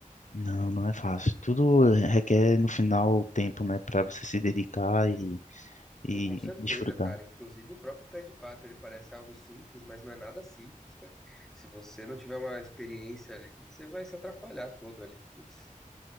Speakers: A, on the left; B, in the centre.
A: não, não é fácil. Tudo requer no final tempo, né, para você se dedicar e, e
B: Pô, com certeza,
A: desfrutar.
B: cara. Inclusive o próprio pé de pato, ele parece algo simples, mas não é nada simples, velho. Se você não tiver uma experiência ali, você vai se atrapalhar todo ali, putz.